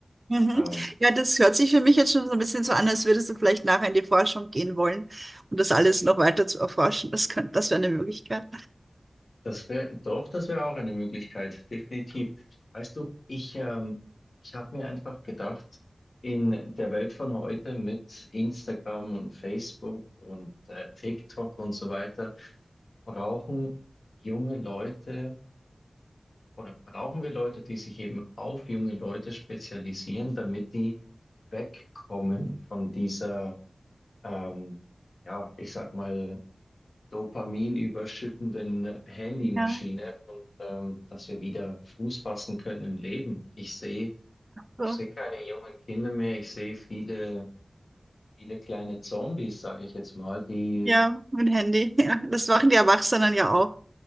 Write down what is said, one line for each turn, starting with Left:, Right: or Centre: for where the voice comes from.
Right: Mhm.
Left: Ähm,
Right: Ja, das hört sich für mich jetzt schon so ein bisschen so an, als würdest du vielleicht nachher in die Forschung gehen wollen und das alles noch weiter zu erforschen. Das könnte, das wäre eine Möglichkeit.
Left: Das wäre, doch, das wäre auch eine Möglichkeit, definitiv. Weißt du, ich, ähm, ich habe mir einfach gedacht, in der Welt von heute mit Instagram und Facebook und äh, TikTok und so weiter, brauchen junge Leute oder brauchen wir Leute, die sich eben auf junge Leute spezialisieren, damit die wegkommen von dieser, ähm, ja, ich sag mal, Dopamin überschüttenden Handymaschine
Right: Ja,
Left: und ähm, dass wir wieder Fuß fassen können im Leben. Ich sehe,
Right: so.
Left: ich sehe keine jungen Kinder mehr, ich sehe viele, viele kleine Zombies, sage ich jetzt mal, die
Right: Ja, mein Handy. <laughs> Ja, das machen die Erwachsenen ja auch.